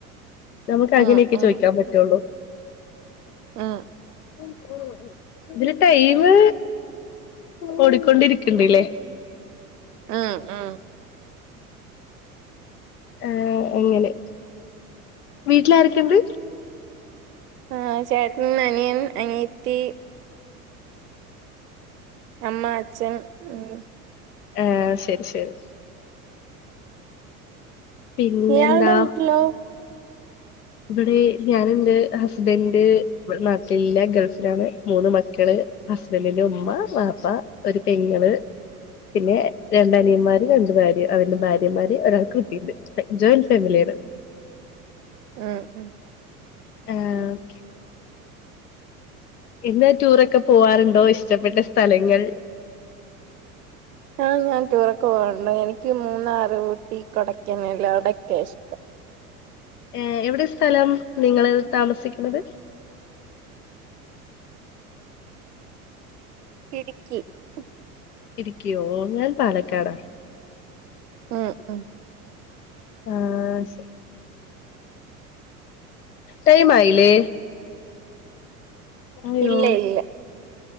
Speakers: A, on the left; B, on the right.
A: നമുക്ക് അങ്ങനെയൊക്കെ
B: ഉം ഉം
A: ചോദിക്കാൻ പറ്റുള്ളൂ
B: ഉം
A: <unintelligible> ഇതില് ടൈംമ് ഓടിക്കൊണ്ടിരിക്ക്ണ്ട്ല്ലേ
B: ആഹ ഹാ
A: ആഹ അങ്ങനെ വീട്ടിൽ ആരൊക്കെണ്ട്?
B: ആഹ ചേട്ടനും അനിയൻ അനിയത്തി അമ്മ അച്ഛൻ ഉം
A: ആഹ ശെരി ശെരി പിന്നെന്താ
B: ഇയാൾ ടെ വീട്ടിലോ?
A: വടെ ഞാനിണ്ട് ഹസ്ബൻഡ് വടനാട്ടിലില്ല ഗൾഫിലാണ് മൂന്ന് മക്കള് ഹസ്ബന്റിന്റെ ഉമ്മ വാപ്പ ഒരു പെങ്ങള് പിന്നെ രണ്ട് അനിയന്മാര്, രണ്ടു ഭാര്യ, അവരുടെ ഭാര്യമാര്, ഒരാൾക്ക് കുട്ടിണ്ട്. ജോയിന്റ് <unintelligible>
B: ഉും
A: ആഹആഓക്കെ എന്ന് റ്റുറൊക്കെ പോവാറുണ്ടോ? ഇഷ്ടപ്പെട്ട സ്ഥലങ്ങൾ?
B: ആഹ ഞാൻ ടൂറൊക്കെ പോകാറുണ്ട് എനിക്ക് മൂന്നാറ് ഊട്ടി കൊടക്കനാൽ അവിടൊക്കെ ഇഷ്ടം.
A: ഏ എവിടെ സ്ഥലം നിങ്ങള് താമസിക്ക് ണത്?
B: ഇടുക്കി ഉം
A: ഇടുക്കിയോ ഓ ഞാൻ പാലക്കാടാ
B: ഉും അഹ
A: ആഹ ശെരി. ടൈംമായില്ലേ? അയ്യോഓ
B: ഇല്ല ഇല്ല